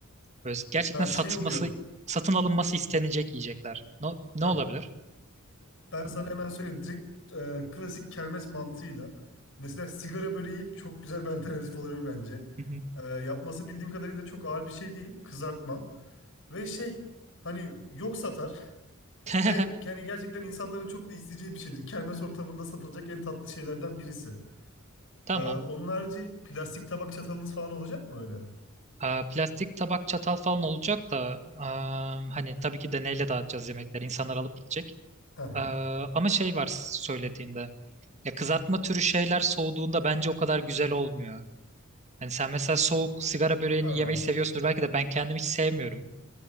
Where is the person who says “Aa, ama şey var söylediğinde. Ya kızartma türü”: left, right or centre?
Right